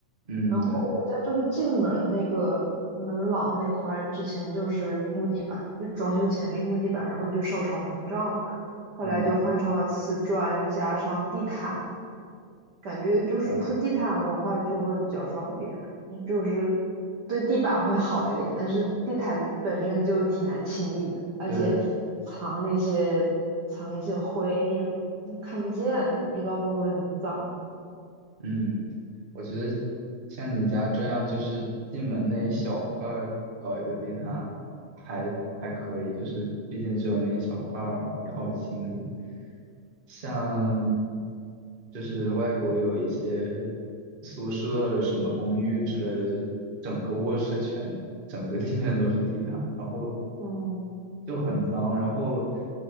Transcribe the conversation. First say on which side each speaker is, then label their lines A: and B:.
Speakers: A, on the right; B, on the right.
A: 嗯，
B: 然后我们家就是进门那个门廊那块儿，
A: 对，
B: 之前就是木地板，就装修前是木地板，然后就受潮膨胀了，后来就换成了瓷砖加上地毯，
A: 嗯
B: 感觉就是铺地毯的话就会比较方便，
A: 哦。
B: 嗯就是对地板会好一点，但是地毯本身就挺难清理的，而且藏那些藏一些灰你也嗯看不见，
A: 对，
B: 不知道会不会很脏。
A: 嗯，我觉得像你家这样，就是进门那一小块儿搞一个地毯还还可以，就是毕竟只有那一小块儿嘛，也好清理。
B: 嗯
A: 像就是外国有一些宿舍什么公寓之类的，就整个卧室全整个地面都是地毯，然后。
B: 嗯，
A: 就很脏。然后